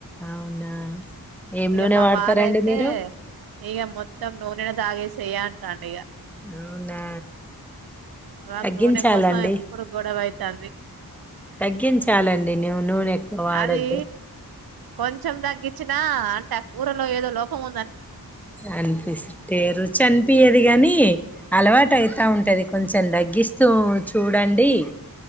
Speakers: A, in the centre; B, on the right.
A: అవునా ఏం
B: ఇగ
A: నూనె
B: మా
A: వాడతారండి
B: వారైతే
A: మీరు
B: ఇగ మొత్తం నూనెను దాగేసెయ్యే అంటాండిగ
A: అవునా
B: మాకు
A: తగ్గించాలండి
B: నూనె కోసం ఎప్పుడు గొడవైతాంది
A: తగ్గించాలండి న్యు నూనెక్కువ వాడొద్దు
B: అది కొంచెం తగ్గిచినా అంటే ఆ కూరలో ఏదో లోపముంద
A: అనిపిస్తే రుచి అనిపియ్యది గాని అలవాటు అయితా ఉంటది కొంచెం తగ్గిస్తూ చూడండి